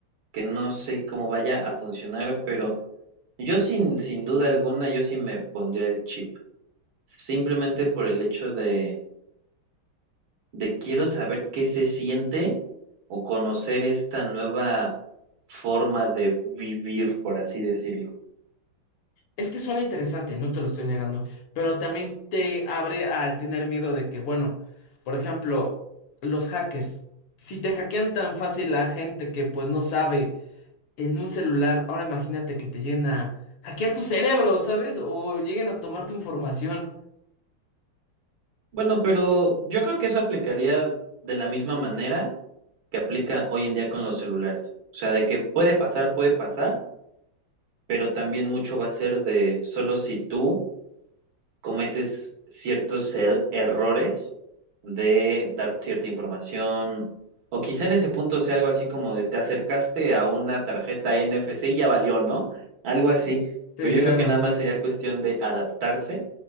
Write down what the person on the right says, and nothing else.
que no sé cómo vaya a funcionar, pero yo sin, sin duda alguna, yo sí me pondría el chip. Simplemente por el hecho de, de quiero saber qué se siente o conocer esta nueva forma de vivir, por así decirlo.
Bueno, pero yo creo que eso aplicaría de la misma manera que aplica hoy en día con los celulares. O sea, de que puede pasar, puede pasar, pero también mucho va a ser de solo si tú cometes ciertos er- errores de dar cierta información, o quizá en ese punto sea algo así como de te acercaste a una tarjeta N F C y ya valió, ¿no? Algo así,
pero yo
creo que nada más sería cuestión de adaptarse,